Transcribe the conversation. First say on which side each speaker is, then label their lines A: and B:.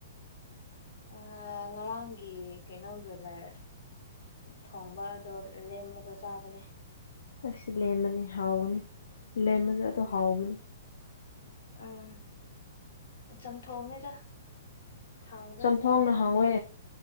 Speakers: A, on the left (about 60°); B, on the left (about 80°).
A: ꯑ ꯉꯔꯥꯡꯒꯤ ꯀꯩꯅꯣ ꯕ꯭ꯔꯣꯏꯂꯔ ꯊꯣꯡꯕꯗꯣ ꯂꯦꯝꯕꯗꯣ ꯆꯥꯕꯅꯤ
B: ꯑꯩꯁꯨ ꯂꯦꯝꯃꯅꯤ ꯍꯥꯎꯒꯅꯤ ꯂꯦꯝꯃꯁꯨ ꯑꯗꯨꯝ
A: ꯎꯝ
B: ꯍꯥꯎꯕꯅꯤ
A: ꯎꯝ ꯆꯝꯊꯣꯡꯅꯤꯗ ꯊꯥꯎꯗ
B: ꯆꯝꯊꯣꯡꯅ
A: ꯊꯣꯡꯕ ꯅꯠꯇꯦ
B: ꯍꯥꯎꯋꯦ